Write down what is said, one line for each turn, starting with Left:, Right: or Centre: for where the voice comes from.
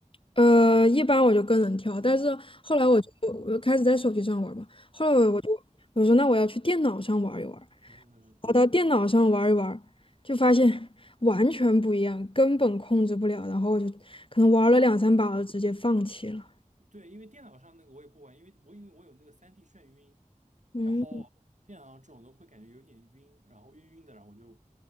Left: 呃，一般我就跟人跳，但是后来我就我就开始在手机上玩儿嘛，
Right: 嗯
Left: 后来
Right: 嗯
Left: 我说那我要去电脑上玩一玩儿，
Right: 嗯嗯，
Left: 跑到电脑上玩一玩儿，就发现 <laughs> 完全不一样，根本控制不了，然后我就可能玩了两三把，我就直接放弃了。
Right: 嗯对，因为电脑上那个我也不玩，因为我因为我有那个三 d 眩晕，
Left: 嗯。
Right: 然后电脑上这种都会感觉有点晕，然后晕晕的，然后我就